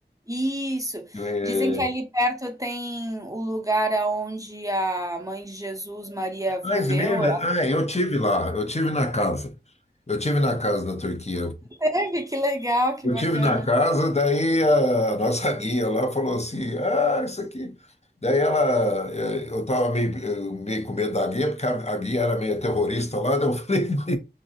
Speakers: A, on the right (about 20°); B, on the left (about 40°).
A: Isso.
B: É,
A: Dizem que ali perto tem o lugar aonde a mãe de Jesus, Maria, viveu.
B: ah, Izmir, ah, eu tive lá, eu tive na casa. Eu tive na casa na Turquia.
A: Teve? Que legal, que
B: Eu
A: bacana.
B: tive na casa, daí a nossa guia lá falou assim, ah, isso aqui. Daí ela, eh, eu estava meio, eu meio com medo da guia, porque a, a guia era meio terrorista lá, daí eu falei, <laughs>